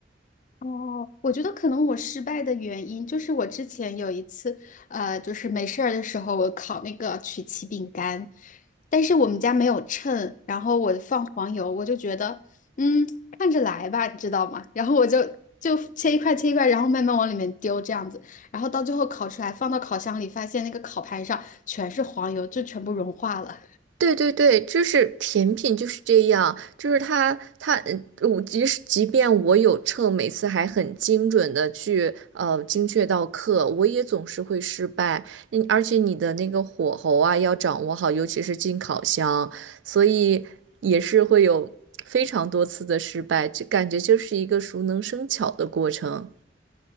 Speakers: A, on the left; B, on the right.
A: 哦，我觉得可能我失败的原因就是我之前有一次，呃，就是没事儿的时候，我烤那个曲奇饼干，但是我们家没有秤，然后我放黄油，我就觉得，嗯，看着来吧，你知道吗？然后我就就切一块切一块，然后慢慢往里面丢这样子，然后到最后烤出来，放到烤箱里，发现那个烤盘上全是黄油，就全部融化了。
B: 对对对，就是甜品就是这样，就是它它，嗯我即使即便我有秤，每次还很精准的去呃精确到克，我也总是会失败。嗯，而且你的那个火候啊要掌握好，尤其是进烤箱，所以也是会有非常多次的失败，就感觉就是一个熟能生巧的过程。